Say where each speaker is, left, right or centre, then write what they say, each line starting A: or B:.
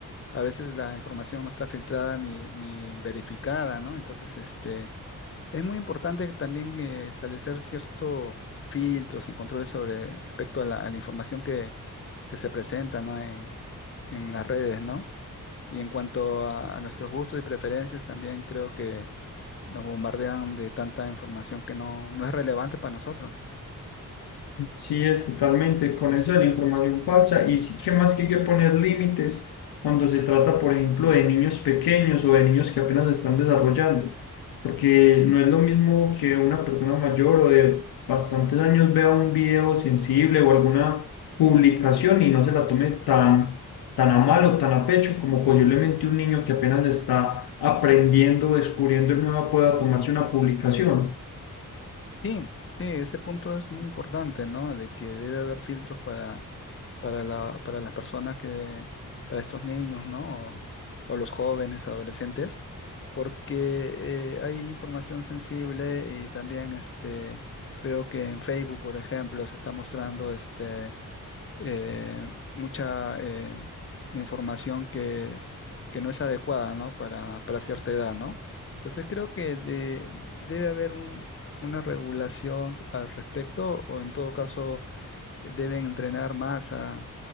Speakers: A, on the left; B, on the left.
A: a veces la información no está filtrada ni, ni verificada, ¿no? Entonces, este es muy importante también eh, establecer ciertos filtros y controles sobre respecto a la, a la información que, que se presenta, ¿no? en, en las redes, ¿no? Y en cuanto a, a nuestros gustos y preferencias, también creo que nos bombardean de tanta información que no, no es relevante para nosotros.
B: Sí, es totalmente con eso de la información falsa y sí que más que hay que poner límites cuando se trata, por ejemplo, de niños pequeños o de niños que apenas se están desarrollando, porque no es lo mismo que una persona mayor o de bastantes años vea un video sensible o alguna publicación y no se la tome tan, tan a mal o tan a pecho como posiblemente un niño que apenas está aprendiendo, descubriendo y nueva pueda tomarse una publicación.
A: Sí, sí, ese punto es muy importante, ¿no? De que debe haber filtros para para la, para las personas que, para estos niños, ¿no? O, o los jóvenes, adolescentes, porque eh, hay información sensible y también este, veo que en Facebook, por ejemplo, se está mostrando este, eh, mucha eh, información que, que no es adecuada, ¿no? Para, para cierta edad, ¿no? Entonces creo que de- debe haber un- una regulación al respecto o en todo caso deben entrenar más a